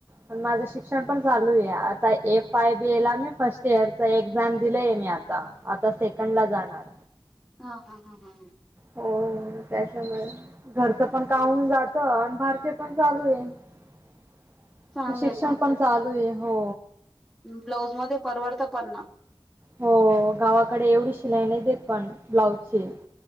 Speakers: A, on the right; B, in the centre.
A: प माझं शिक्षण पण चालू आहे आता एफ आय बी एला मी फर्स्ट इयर च एक्झाम दिलंय मी आता आता सेकंड ला जाणार
B: हा हा हा हा ह
A: हो त्याच्यामुळे घरचं पण कामून जात आणि भरसे पण चालू आहे
B: चांगलंय
A: शिक्षण
B: चांगलंय.
A: पण चालू आहे हो
B: ब्लाऊज मध्ये परवडतं पण ना
A: हो गावाकडे एवढी शिलाई नाही देत पण ब्लाउजची